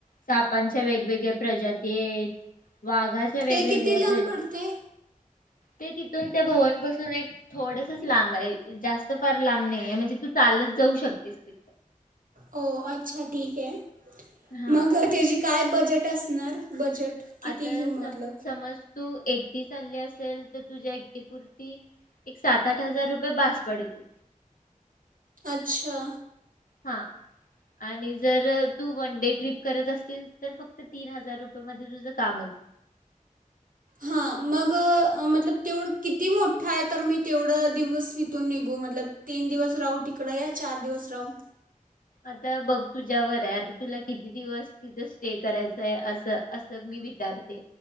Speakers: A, on the left; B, on the right.
A: सापानच्या वेगवेगळ्या प्रजाती आहेत वाघाच्या वेगवेगळ्या
B: ते किती लांब
A: प्रजा
B: पडते
A: ते तिथून त्या भवन पासून एक थोडसच लांब आहे. जास्त फार लांब नाही आहे म्हणजे तू चालच जाऊ शकतेस ति
B: ओ अच्छा ठीकये.
A: हा
B: मंग तेजी काय बजेट असणार बजेट? किती
A: आता
B: घेऊ
A: सम
B: मतलब
A: समज तू एकटी चालली असेल तर तुझ्या एकटी पुरती एक सात आठ हजार रुपये भास पडतील.
B: अच्छा
A: हां आणि जर तू वन डे ट्रिप करत असशील तर फक्त तीन हजार रुपये मध्ये तुझ काम होईल.
B: हां मग मतलब तेवढ किती मोठा आहे तर मी तेवढ दिवस इथून निघू मतलब तीन दिवस राहू तिकड या चार दिवस राहू
A: आता बघ तुझ्यावर आहे आता तुला किती दिवस तिथच? स्टे करायचय अस. असं मी विचारते